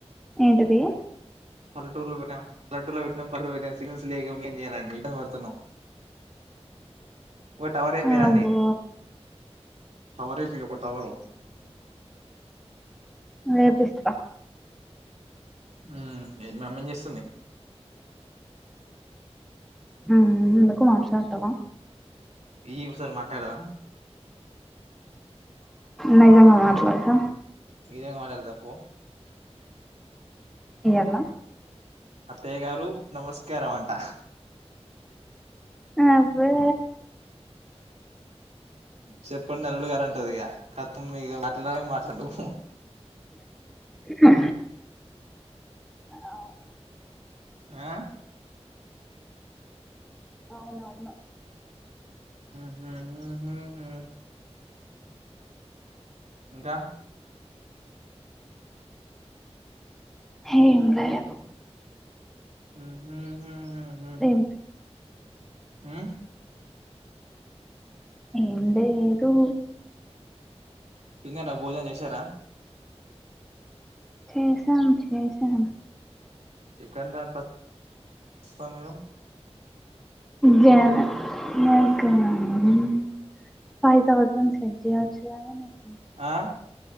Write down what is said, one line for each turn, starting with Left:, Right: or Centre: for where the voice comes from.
Centre: ఏంటిది
Right: పల్లెటూర్లో వుట్నం ల్లడూర్ లో వెట్నం <unintelligible> సిగ్నల్స్ లేవ్ ఇగ ఏంజేయాలండి ఇబ్బంది వడుతున్నాం. ఒక టవర్ రేపిరా
Centre: అబ్బో
Right: అండి టవర్ ఏపియి ఒక టవరు
Centre: వేపిస్తా
Right: మ్మ్ ఏ మా అమ్మ ఏం జేస్సుంది
Centre: మ్మ్ ఎందుకు మాట్లాడుతవా
Right: ఇయ్యి ఒసారి మాట్లాడుదాము
Centre: నిజంగా మాట్లాడుత
Right: ఇజంగా మాటాడతా పో
Centre: ఇయ్యల్ల
Right: అత్తయ్య గారు నమస్కారం అంట
Centre: అబ్బే
Right: చెప్పండి అల్లుడుగారు అంటది ఇగ కతం ఇగ మాట్లాడే మాట్లాడం
Centre: ఆ అవును
Right: ఆ
Centre: అవును అవును
Right: మ్మ్ హ్మ్ హ్ హుహూ ఇంకా
Centre: హేం లేదు
Right: మ్మ్ హ్మ్ హు హూ హ
Centre: ఏం
Right: ఉ
Centre: ఏంలేదు
Right: కిందే నా భోజనం చేసారా
Centre: చేసాను చేసాను
Right: ఎక్కడ నడుప స మీరు
Centre: జన జన్కుమన్నది ఫైవ్ థౌసండ్ సెట్ చేయచ్చు కాద నాకు
Right: ఆ